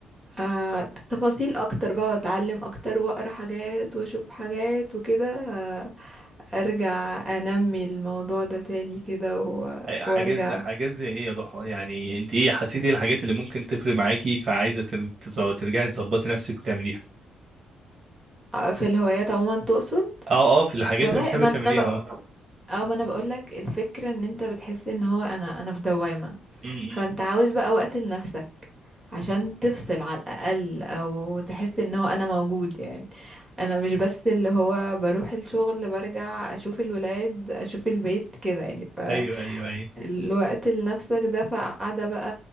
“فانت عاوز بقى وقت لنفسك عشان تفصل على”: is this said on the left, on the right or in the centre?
Right